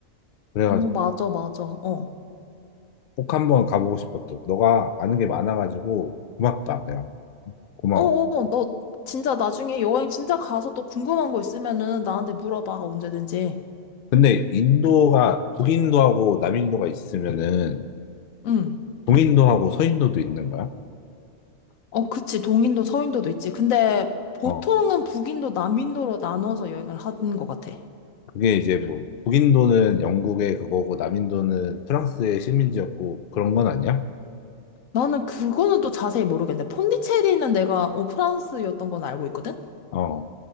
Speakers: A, on the left; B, on the left.
A: 그래가지
B: 어, 맞아, 맞아. 어.
A: 꼭 한번 가보고 싶었어. 너가 아는 게 많아가지고 고맙다, 내가. 고마워.
B: 어, 어, 너 진짜 나중에 여행 진짜 가서 또 궁금한 거 있으면은 나한테 물어봐, 언제든지.
A: 근데 인도가 북인도하고 남인도가 있으면은
B: 응.
A: 동인도하고 서인도도 있는 거야?
B: 어, 그치. 동인도 서인도도 있지. 근데 보통은
A: 어,
B: 북인도 남인도로 나눠서 여행을 하는 것 같아.
A: 그게 이제 뭐 북인도는 영국의 그거고 남인도는 프랑스의 식민지였고 그런 건 아니야?
B: 나는 그거는 또 자세히 모르겠는데, 폰디체리는 내가 어, 프랑스였던 건 알고 있거든?
A: 어,